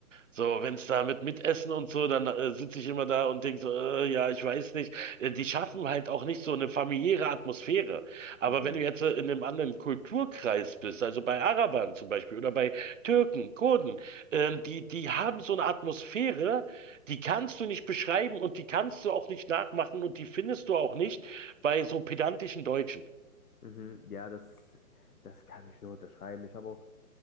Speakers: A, on the right (about 55°); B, on the left (about 70°).
A: So, wenn es da mit Mitessen und so, dann äh, sitze ich immer da und denke so, äh, ja, ich weiß nicht. Äh, die schaffen halt auch nicht so eine familiäre Atmosphäre. Aber
B: Mhm,
A: wenn du jetzt äh, in einem anderen Kulturkreis bist, also bei Arabern zum Beispiel oder bei Türken, Kurden, äh, die, die haben so eine Atmosphäre, die kannst du nicht beschreiben und die kannst du auch nicht nachmachen und die findest du auch nicht bei so pedantischen Deutschen.
B: mhm, ja, das, das kann ich nur unterschreiben. Ich habe auch